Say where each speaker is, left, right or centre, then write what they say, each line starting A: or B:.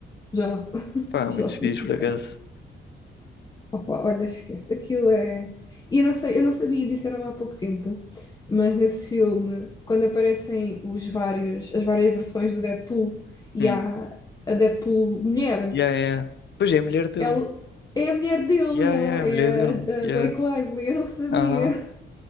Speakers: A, on the left; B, on the left.
A: já. <laughs>
B: pá,
A: Já,
B: muito fixe
A: sim, senhora.
B: por acaso.
A: Opa, olha, esquece, aquilo é. E eu não sei, eu não sabia disso, era há pouco tempo, mas nesse filme, quando aparecem os vários, as várias versões do Deadpool e
B: Hum.
A: há a Deadpool mulher,
B: Yeah, yeah. Pois é, a mulher dele.
A: ela é a mulher dele,
B: Yeah,
A: é
B: yeah, a mulher dele. Yeah.
A: a, a Blake Lively, eu não sabia.
B: Aham.
A: <laughs>